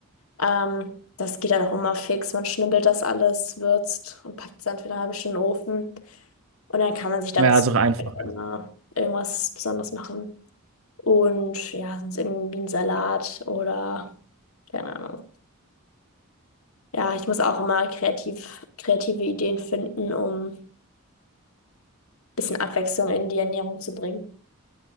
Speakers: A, on the left; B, on the right.
A: Ähm, das geht dann auch immer fix. Man schnibbelt das alles, würzt und packt es dann für eine halbe Stunde in den Ofen. Und dann kann man sich dazu
B: Ja, ist auch einfach.
A: immer irgendwas Besonderes machen. Und ja, sonst irgendwie ein Salat oder keine Ahnung. Ja, ich muss auch immer kreativ, kreative Ideen finden, um bisschen Abwechslung in die Ernährung zu bringen.